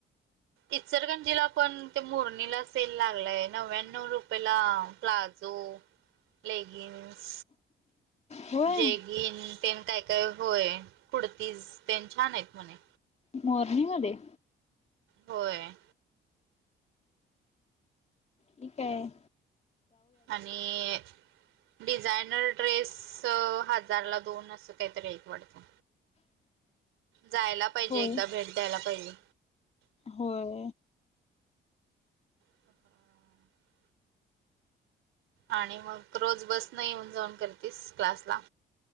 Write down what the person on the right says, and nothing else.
इचरगंजीला पण ते मुरणीला सेल लागलाय नव्याण्णव रुपयेला प्लाजो लेगिन्स
जेग घन तेन काय काय होय पुडतीस तेन छान आहेत म्हणे.
होय.
आणि डिझायनर ड्रेस हजारला दोन असं काहीतरी यायच वाटतं. जायला पाहिजे
एकदा भेट द्यायला पाहिजे.
त आणि मग रोज बस न येऊन जाऊन करतेस क्लासला